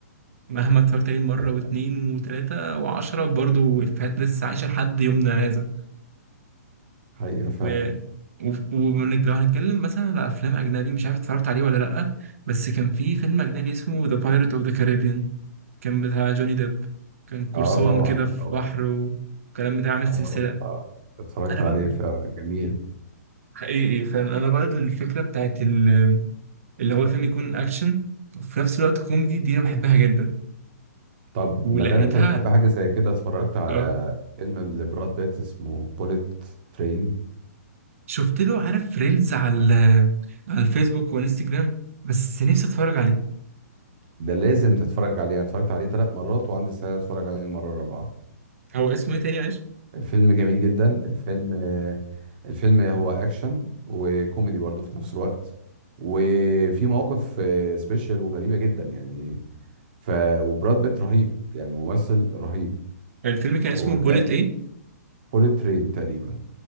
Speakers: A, on the right (about 55°); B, on the right (about 35°).
A: مهما اتفرجت عليه مره
B: حقيقه
A: واتنين وتلاته وعشره برضه افيهات لسه عايشه لحد يومنا هذا
B: حقيقه
A: و...
B: فعلا
A: و... ومنك لو هنتكلم مثلا على افلام اجنبي مش عارف اتفرجت عليه ولا لا بس كان في فيلم اجنبي اسمه ذا بايرت اوف ذا كاريبيان كان بتاع جوني ديب كان قرصان
B: اه طبعا
A: كده في
B: طبعا
A: بحر وكلام بتاع عامل
B: اه,
A: سلسلة
B: آه. اتفرجت
A: أنا
B: عليه
A: بقى
B: فعلا جميل
A: حقيقي فعلا أنا بقى الفكرة بتاعت ال- اللي هو الفيلم يكون أكشن وفي نفس الوقت كوميدي دي أنا بحبها جدا
B: طب
A: ولقيتها
B: ما دام انت بتحب حاجه زي كده اتفرجت على
A: آه
B: فيلم لبراد بيت اسمه بوليت ترين
A: شفت له عارف ريلز على ال- على الفيسبوك وانستجرام بس نفسي أتفرج عليه
B: ده لازم تتفرج عليه انا اتفرجت عليه ثلاث مرات وعندي استعداد اتفرج عليه المره الرابعه
A: هو اسمه إيه تاني معلش؟
B: الفيلم جميل جدا الفيلم الفيلم هو اكشن وكوميدي برضه في نفس الوقت وفي مواقف سبيشال وغريبة جدا يعني ف وبراد بيت رهيب يعني ممثل رهيب
A: الفيلم كان
B: او
A: اسمه بوليت
B: جاء
A: إيه؟
B: بوليت ترين تقريبا